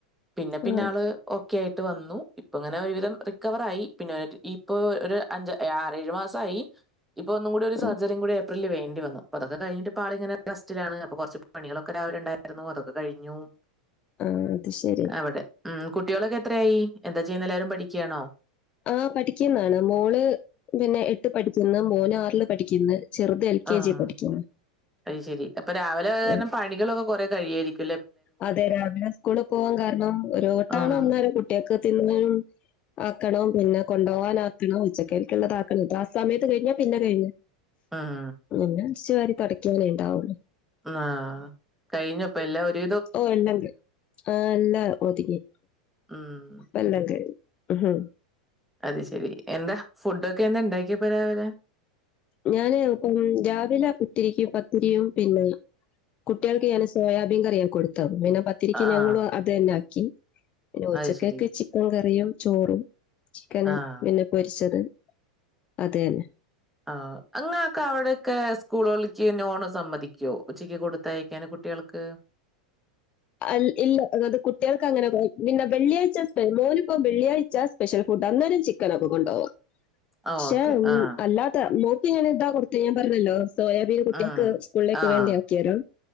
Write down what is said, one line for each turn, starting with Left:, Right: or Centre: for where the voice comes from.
Centre: പിന്നെ പിന്നെ
Left: ആ
Centre: ആള് ഒക്കെയായ് ട്ട് വന്നു ഇപ്പിങ്ങനെ ഒരുവിധം റിക്കവറായി പിന്നെ ഇപ്പൊരു അഞ്ച് ആറേഴു മാസായി ഇപ്പ ഒന്നും കൂടി ഒരു
Left: ആ
Centre: സർജറികൂടി ഏപ്പ്രിലിൽ വേണ്ടിവന്നു അപ്പ അതൊക്കെ കഴിഞ്ഞിട്ട് ഇപ്പാളിങ്ങനെ റസ്റ്റിലാണ് അപ്പൊ കൊറച്ച് പണികളൊക്കെ രാവിലെണ്ടാരുന്നു അതൊക്കെ കഴിഞ്ഞു.
Left: ആഹ് അത് ശരി
Centre: അവിടെ ഉം കുട്ടികളൊക്കെ എത്രയായി എന്താ ചെയ്യുന്ന എല്ലാരും പഠിക്കാണോ
Left: ആഹ് പഠിക്കുന്നാണ് മോള് പിന്നെ എട്ട് പഠിക്കുന്ന് മോന് ആറില് പഠിക്കുന്ന് ചെറുത് എൽ കെ
Centre: ആഹ്
Left: ജി പഠിക്കുന്ന്.
Centre: അയ്ശരി അപ്പ രാവിലെ കാരണം
Left: ഉം.
Centre: പണികളൊക്കെ കൊറെ കഴിയാരിക്കും
Left: അതെ രാവിലെ ഉസ്കൂളിൽ പോവാകാരണം ഒരോട്ടാണ്
Centre: ഉം
Left: അന്നാല കുട്ടിക്ക് തിനാന്നും ആക്കണോം പിന്നെ കൊണ്ടോവാൻ ആക്കണൊ ഉച്ചക്കരിക്കുള്ളതാക്കണം ഇത്രാ സമയത്ത് കഴിഞ്ഞ പിന്നെ കഴിഞ്ഞ്
Centre: ഉം
Left: ഉം അടിച്ചവാരി തൊടയ്ക്കാനെ ഇണ്ടാവു
Centre: ആഹ് കഴിഞ്ഞൊപ്പ എല്ലാവൊര്
Left: ഓ ഇല്ലങ്കൈ ആഹ് അല്ലാ ഒതിങ്ങി
Centre: ഉം
Left: ഇപ്പെല്ലാങ്കയ്ഞ് ഇഹ്
Centre: അത് ശെരി എന്താ ഫുഡൊക്കെ എന്താ ഇണ്ടാക്കിയാ പോ രാവിലെ
Left: ഞാന് ഉം രാവിലെ കുത്തിരിക്ക് പത്തിരിയും പിന്നെ കുട്ടികൾക്ക് ഞാൻ സോയാബീൻ കറിയാകൊടുത്തവർക്ക് പിന്നെ പത്തിരിക്ക്
Centre: ആഹ്
Left: ഞങ്ങളു അത് തന്നെ ആക്കി പിന്നെ ഉച്ചക്കൊക്കെ
Centre: അത് ശരി
Left: ചിക്കൻ കറിയും ചോറും ചിക്കന്
Centre: ആഹ്
Left: പിന്നെ പൊരിച്ചത് അത് ന്നെ
Centre: ആഹ് അങ്ങക്കെ അവടെക്കെ സ്കൂളുകളക്ക് നോണ് സമ്മതിക്കൊ ഉച്ചക്ക് കൊടുത്തയക്കാന് കുട്ടിക ൾക്ക്
Left: അൽ ഇല്ല അത് കുട്ടികൾക്ക് അങ്ങനെ കു പിന്നെ വെള്ളിയാഴ്ച മോനിപ്പോ വെള്ളിയാഴ്ച സ്പെഷ്യൽ ഫു ഡാ അന്നേരം ചിക്കനൊക്കെ കൊണ്ടോവാം
Centre: ആഹ്
Left: ക്ഷെ
Centre: ഓക്കെ ആഹ്
Left: അല്ലാതെ മോ ക്ക് ഞാനിത കൊട്ത്തെ ഞാൻ പറഞ്ഞല്ലോ സോയാബീൻ കുട്ടീക്ക്
Centre: ഉം
Left: സ്കൂളിലേക്ക്
Centre: ആഹ്
Left: വേണ്ടിയ ആക്കിയരോ